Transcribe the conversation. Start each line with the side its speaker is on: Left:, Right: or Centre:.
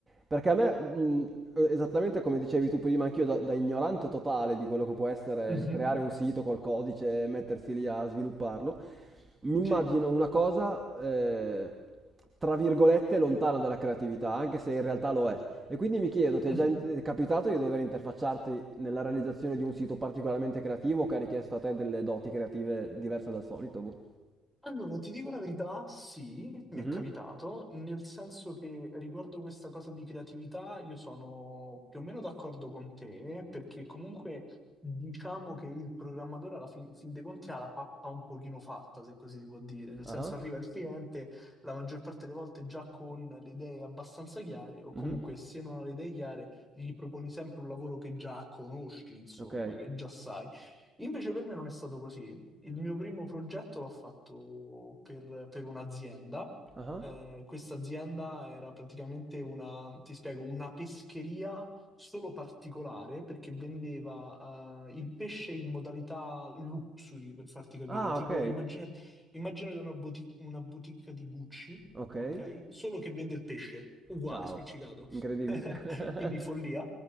Right: Perché a me, mh, esattamente come dicevi tu prima, anch'io da, da ignorante totale di quello che può essere
Centre: Mhm.
Right: il creare un sito col codice e mettersi lì a svilupparlo, mi immagino
Centre: Sì.
Right: una cosa, eh, tra virgolette, lontana dalla creatività, anche se in realtà lo è. E quindi mi chiedo, ti
Centre: Mhm.
Right: è già in- è capitato di dover interfacciarti nella realizzazione di un sito particolarmente creativo che ha richiesto a te delle doti creative diverse dal solito? Boh.
Centre: Allora, ti dico la verità, sì, mi
Right: Mhm.
Centre: è capitato, nel senso che riguardo questa cosa di creatività io sono più o meno d'accordo con te, perché comunque diciamo che il programmatore alla fin, fin dei conti ha la pappa un pochino fatta, se così si può dire, nel
Right: Ah,
Centre: senso arriva il cliente la maggior parte delle volte già con le idee abbastanza chiare, o comunque
Right: mhm.
Centre: se non ha le idee chiare gli proponi sempre un lavoro che già conosci, insomma,
Right: Ok.
Centre: che già sai. Invece per me non è stato così. Il mio primo progetto l'ho fatto per, per un'azienda.
Right: Ah,
Centre: Eh, questa azienda era praticamente una, ti spiego, una pescheria solo particolare perché vendeva eh, il pesce in modalità luxury, per farti capire.
Right: Ah,
Centre: Tipo,
Right: ok.
Centre: immagina- immaginate una, bouti- una boutique di Gucci,
Right: Ok.
Centre: ok? Solo che vende il pesce, uguale,
Right: Ciao.
Centre: spiccicato.
Right: Incredibile.
Centre: <laughs> Quindi follia.
Right: <laughs>